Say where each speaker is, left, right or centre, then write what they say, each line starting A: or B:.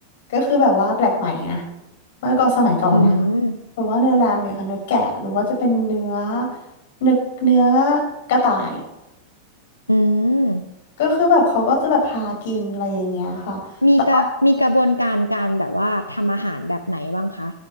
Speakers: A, on the left (about 55°); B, on the left (about 80°).
A: ก็คือแบบว่าแปลกใหม่นะเมื่อก่อนสมัยก่อนนะคะ
B: อืม
A: แบบว่าเนื้อแรมเนี่ยค่ะเนื้อแกะหรือว่าจะเป็นเนื้อเนื้อเนื้อกระต่าย
B: อืม
A: ก็คือแบบเขาก็จะแบบพากินอะไรอย่างเงี้ยค่ะแต่ว่า
B: มีกระมีกระบวนการการแบบว่าทำอาหารแบบไหนบ้างคะ